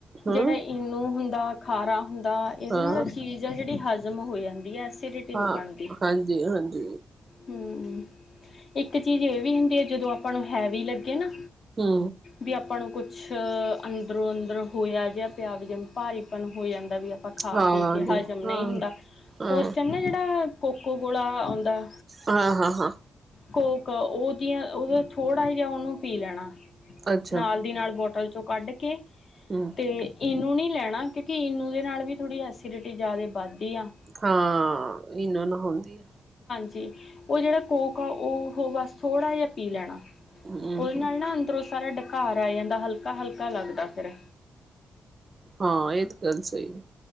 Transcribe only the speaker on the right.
ਹਾਂ
ਹਾਂ
ਹਾਂ
ਹਾਂਜੀ ਹਾਂਜੀ
ਹੂੰ।
ਹਾਂ
ਹਾਂਜੀ
ਹਾਂ
ਹਾਂ
ਹਾਂ ਹਾਂ ਹਾਂ
ਅੱਛਾ
ਹੂੰ
ਹਾਂ, ਈਨੋ ਨਾਲ ਹੁੰਦੀ ਆ।
ਆ ਹੂੰ
ਹਾਂ, ਇਹ ਤੇ ਗੱਲ ਸਹੀ ਏ।